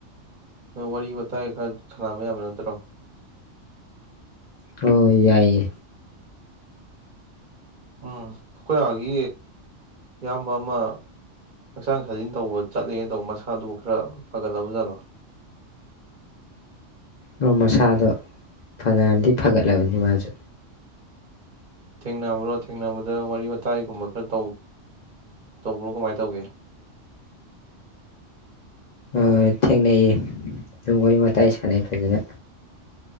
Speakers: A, on the right; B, on the left.
A: ꯋꯥꯔꯤ ꯋꯥꯇꯥꯏ ꯈꯔ ꯁꯥꯟꯅꯕ ꯌꯥꯕ ꯅꯠꯇ꯭ꯔꯣ
B: ꯍꯣ ꯍꯣꯏ ꯌꯥꯏꯌꯦ
A: ꯎꯝ ꯑꯩꯈꯣꯏ ꯑꯥꯒꯤ ꯏꯌꯥꯝꯕ ꯑꯃ ꯍꯛꯆꯥꯡ ꯁꯥꯖꯤꯟ ꯇꯧꯕ ꯆꯠꯂꯤꯅ ꯇꯧꯕ ꯃꯁꯥꯗꯨꯕꯨ ꯈꯔ ꯐꯒꯠꯂꯕ ꯖꯥꯠꯂꯣ
B: ꯑꯣ ꯃꯁꯥꯗꯣ ꯐꯅꯌꯥꯝꯗꯤ ꯐꯒꯠꯂꯕꯅꯤ ꯃꯥꯁꯨ
A: ꯊꯦꯡꯅꯕ꯭ꯔꯣ ꯊꯦꯡꯅꯕꯗ ꯋꯥꯔꯤ ꯋꯥꯇꯥꯏꯒꯨꯝꯕ ꯈꯔ ꯇꯧ ꯇꯧꯕ꯭ꯔꯣ ꯀꯃꯥꯏ ꯇꯧꯒꯦ
B: ꯍꯣ ꯍꯣꯏ ꯊꯦꯡꯅꯩꯌꯦ ꯑꯗꯨꯝ ꯋꯥꯔꯤ ꯋꯥꯇꯥꯏ ꯁꯥꯟꯅꯩ ꯐꯖꯅ